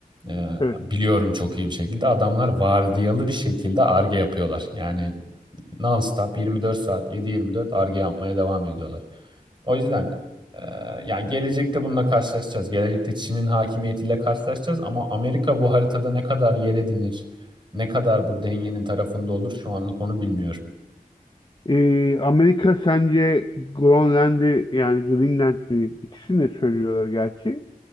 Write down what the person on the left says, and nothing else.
Evet.
Ee, Amerika sence Grönland'i yani Greenland'i ikisini de söylüyorlar gerçi.